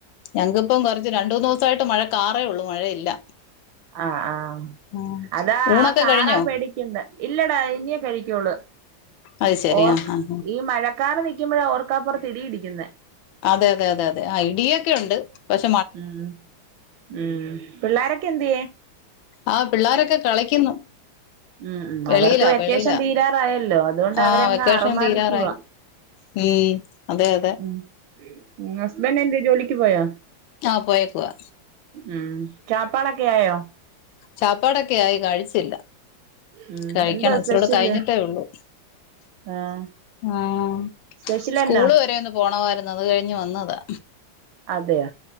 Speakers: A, on the left; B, on the right.
A: ഞങ്ങക്കിപ്പം കൊറച്ച് രണ്ടൂന്ന് ദിവസമായിട്ട് മഴ കാറേള്ളു മഴയില്ല.
B: ആഹ് ആഹ്
A: ആഹ്
B: അതാ
A: ഊണൊക്കെ
B: ആ കാറാ
A: കഴിഞ്ഞോ?
B: പേടിക്കുന്നെ ഇല്ലടാ ഇനിയേ കഴിക്കൊള്ളു
A: അത് ശരി
B: ഓർക്ക്
A: ആഹ് ആഹ്
B: ഈ മഴ ക്കാറ് നിക്കുമ്പഴാ ഓർക്കാപ്പുറത്ത് ഇടിയിടിക്കുന്നേ.
A: അതെ അതെ അതെ അതെ ആഹ് ഇടിയൊക്കെ ഉണ്ട് പക്ഷേ
B: ഉം ഉം ഉം പിള്ളോരൊക്കെ എന്തിയെ
A: ആ പിള്ളോരൊക്കെ കളിക്കുന്നു
B: ഉം ഉം
A: വെളിയിലാ
B: അവർക്ക് വെക്കേഷൻ
A: വെളിയിലാ
B: തീരാറായല്ലോ അതുകൊണ്ട്
A: ആ
B: അവരങ്ങ്
A: വെക്കേഷൻ
B: ആർമാധിക്കുവാ
A: തീരാറായി ഉം അതെ അതെ
B: ഉം ഹസ്ബൻഡ് എന്തിയെ ജോലിക്ക് പോയാ
A: ആഹ് പോയെക്കുവാ
B: ഉം ശാപ്പാട് ഒക്കെ ആയോ?
A: ശാപ്പാടൊക്കെ ആയി കഴിച്ചില്ല
B: ഉം
A: കഴിക്കണം
B: എന്തുവാ
A: ഇച്ചിരുടെ
B: സ്പെഷ്യല്
A: കഴിഞ്ഞിട്ടേ ഉള്ളൂ
B: ആഹ്
A: ആഹ്
B: സ്പെഷ്യലെന്നാ
A: സ്കൂള് വരെ ഒന്ന് പോണവാരുന്നു അത് കഴിഞ്ഞ് വന്നതാ
B: അതെയ